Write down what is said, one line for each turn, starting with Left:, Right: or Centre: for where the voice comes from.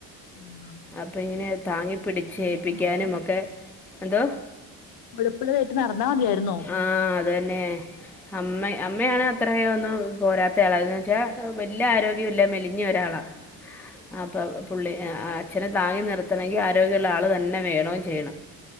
Left: ആഹ്
Centre: അപ്പൊ ഇങ്ങനെ താങ്ങി പ്പിടിച്ചെയിപ്പിക്കാനും
Left: മുഴപ്പുള്ളതായിട്ട് നടന്നാ
Centre: ഒക്കെ എന്തോ?
Left: എളുപ്പ്തായിട്ട് നടന്നാൽ മതിയാരുന്നോ.
Centre: ആഹ് അത് തന്നെ. അമ്മ അമ്മയാണ് അത്ര ഒന്നും പോരാത്ത ആളാന്ന്. ന്ന് വെച്ചാൽ വല്യാ ആരോഗ്യം ഇല്ല മെലി ഒരാളാ അപ്പൊ പുള്ളി അച്ഛനെ താങ്ങി നിർത്തണങ്കി രോഗ്യ തന്നെ വേണൊ ചെയണം.